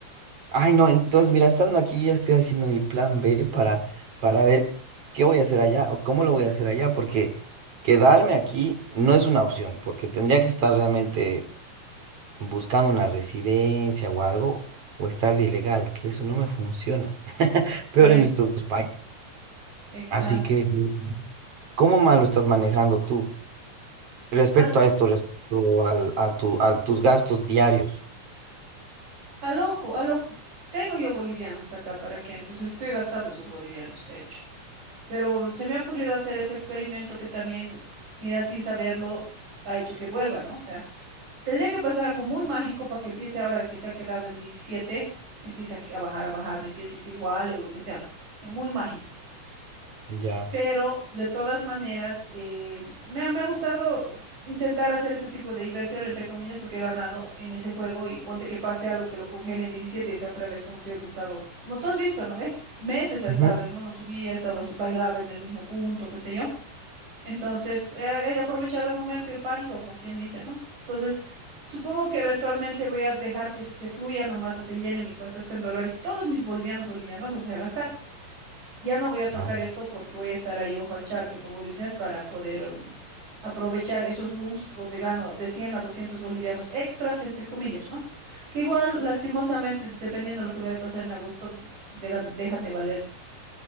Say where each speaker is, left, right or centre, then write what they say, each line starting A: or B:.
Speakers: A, on the right; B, on the right.
A: Ay, no, entonces, mira, estando aquí, ya estoy haciendo mi plan B para, para ver qué voy a hacer allá o cómo lo voy a hacer allá, porque quedarme aquí no es una opción, porque tendría que estar realmente buscando una residencia o algo, o estar de ilegal, que eso no me funciona. <laughs> Peor
B: ve,
A: en
B: exacto,
A: estos países.
B: exacto.
A: Así que, ¿cómo más lo estás manejando tú respecto
B: Al,
A: a esto, respecto al- a tu, a tus gastos diarios?
B: al ojo, al ojo. Tengo yo bolivianos acá, ¿para qué? Entonces estoy gastando esos bolivianos, de hecho. Pero se me ha ocurrido hacer ese experimento que también, mira, sin saberlo, ha hecho que vuelva, ¿no? O sea, tendría que pasar algo muy mágico para que empiece ahora que se ha quedado en 17, empiece a, que- a bajar, a bajar, ¿me entiendes? Y sea igual o lo que sea. Ya, Muy mágico
A: Ya.
B: pero de todas maneras, eh, me, ha, me ha gustado intentar hacer ese tipo de inversión, entre comillas, porque he ganado en ese juego y ponte que pase algo que lo congele en 17 y está otra vez, como te digo, que he estado, como tú has visto, ¿no ve? Meses ha estado
A: Ujú.
B: en uno, subía, estaba, bailaba en el mismo punto, qué sé yo. Entonces, eh, he aprovechado el momento y el pánico, como quien dice, ¿no? Entonces, supongo que eventualmente voy a dejar que se fluya nomás o se llene mi cuenta está en dólares y todos mis bolivianos bolivianos los voy a gastar ya no voy a tocar
A: Ah,
B: esto porque voy a estar ahí ojo al charque, como dices, para poder um, aprovechar esos booms donde gano de 100 a 200 bolivianos extras, entre comillas, ¿no? Que igual, lastimosamente, dependiendo de lo que vaya a pasar en agosto, dejan, dejan de valer